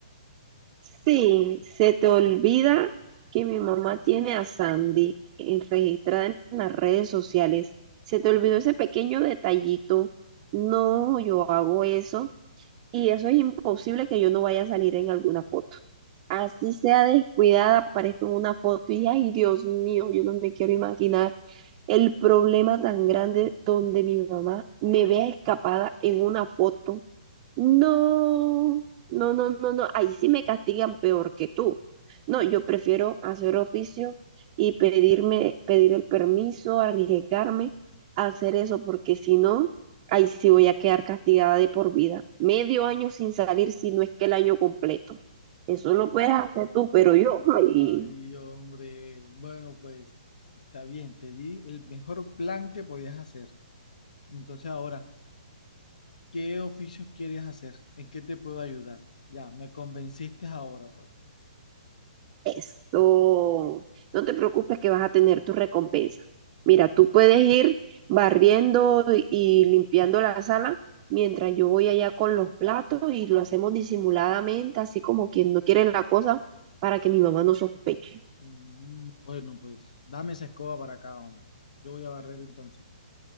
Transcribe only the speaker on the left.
Ay, hombre, bueno, pues está bien, te di el mejor plan que podías hacer. Entonces ahora, ¿qué oficios quieres hacer? ¿En qué te puedo ayudar? Ya, me convenciste ahora, pues.
Mm, bueno, pues dame esa escoba para acá, hombre. Yo voy a barrer entonces.